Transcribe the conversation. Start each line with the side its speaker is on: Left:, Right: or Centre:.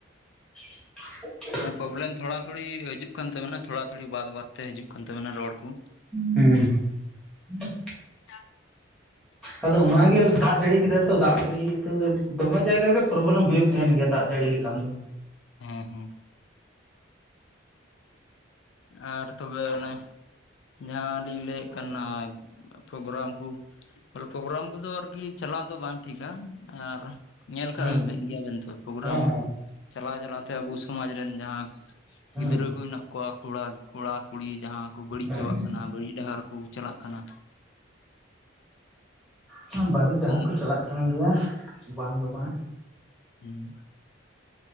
Centre: <inaudible>
Left: ᱦᱮᱸ ᱯᱚᱵᱞᱮᱢ ᱛᱷᱚᱲᱟ ᱛᱷᱚᱲᱤ ᱦᱤᱡᱩᱜ ᱠᱟᱱ ᱛᱟᱵᱮᱱᱟ ᱛᱷᱚᱲᱟ ᱛᱷᱚᱲᱤ ᱵᱟᱫ ᱵᱟᱫ ᱛᱮ ᱦᱤᱡᱩᱜ ᱠᱟᱱ ᱛᱟᱵᱮᱱᱟ ᱨᱚᱲ ᱠᱚ
Centre: ᱦᱩᱸ <inaudible>
Left: <inaudible>
Centre: ᱟᱫᱚ ᱚᱱᱟᱜᱮ ᱫᱟᱜ ᱡᱟᱹᱲᱤ ᱠᱮᱫᱟᱭ ᱛᱚ ᱫᱟᱜ ᱡᱟᱹᱲᱤ ᱛᱮ ᱫᱚᱢᱮ ᱡᱟᱭᱜᱟ ᱜᱮ ᱯᱨᱚᱵᱽᱞᱮᱢ ᱦᱩᱭᱩᱜ ᱠᱟᱱᱟ ᱛᱟᱸᱦᱮᱱ ᱜᱮᱭᱟ ᱫᱟᱜ ᱡᱟᱹᱲᱤ ᱞᱮᱠᱷᱟᱱ ᱫᱚ
Left: ᱦᱩᱸ ᱦᱩᱸ ᱟᱨ ᱛᱚᱵᱮ ᱚᱱᱮ ᱡᱟᱸᱦᱟ ᱞᱤᱧ ᱞᱟᱹᱭᱮᱫ ᱠᱟᱱᱟ ᱫᱚ ᱯᱨᱳᱜᱨᱟᱢ ᱠᱩ ᱛᱚᱵᱮ ᱯᱨᱳᱜᱨᱟᱢ ᱠᱚᱫᱚ ᱟᱨᱠᱤ ᱪᱟᱞᱟᱜ ᱫᱚ ᱵᱟᱝ ᱴᱷᱤᱠᱟ ᱟᱨ ᱧᱮᱞ
Centre: ᱦᱩᱸ
Left: ᱠᱟᱜ ᱜᱮᱭᱟᱵᱮᱱ ᱛᱚ ᱯᱨᱳᱜᱨᱟᱢ
Centre: ᱦᱮᱸ ᱦᱮᱸ
Left: ᱪᱟᱞᱟᱣ ᱪᱟᱞᱟᱣ ᱛᱮ ᱟᱵᱚ ᱥᱚᱢᱟᱡᱽ ᱨᱮᱱ ᱡᱟᱸᱦᱟ
Centre: ᱦᱩᱸ
Left: ᱜᱤᱫᱽᱨᱟᱹᱠᱩ ᱦᱮᱱᱟᱜ ᱠᱚᱣᱟ ᱠᱚᱲᱟ, ᱠᱩᱲᱤ ᱡᱟᱦᱟᱸ ᱠᱚ ᱵᱟᱹᱲᱤᱡ
Centre: ᱦᱮᱸ
Left: ᱪᱟᱵᱟᱜ ᱠᱟᱱᱟ ᱵᱟᱹᱲᱤᱡ ᱰᱟᱦᱟᱨᱼᱼ ᱠᱩ ᱪᱟᱞᱟᱜ ᱠᱟᱱᱟ
Centre: ᱦᱮᱸ <inaudible> ᱵᱟᱲᱤᱡ ᱰᱟᱦᱟᱨ
Left: ᱦᱩᱸ
Centre: ᱠᱩ ᱪᱟᱞᱟᱜ ᱠᱟᱱ ᱜᱮᱭᱟ ᱵᱟᱝ ᱫᱚ ᱵᱟᱝᱼᱼ
Left: ᱦᱮᱸ